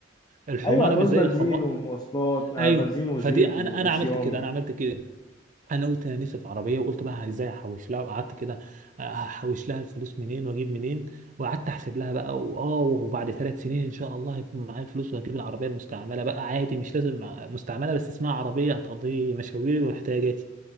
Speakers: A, on the right; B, on the left.
A: الحماره
B: ايوه هتعوز
A: مش زي
B: بنزين
A: الحمار
B: ومواصلات آه،
A: ايوه
B: بنزين وزيت
A: فدي انا
B: وصيانه
A: انا عملت كده انا عملت كده انا قلت انا نفسي في عربيه وقلت بقى ازاي احوش لها وقعدت كده احوش لها الفلوس منين واجيب منين وقعدت احسب لها بقى واه وبعد ثلاث سنين ان شاء الله هيكون معايا الفلوس وهجيب العربيه المستعمله بقى عادي مش لازم مستعمله بس اسمها عربيه هتقضي مشاويري واحتياجاتي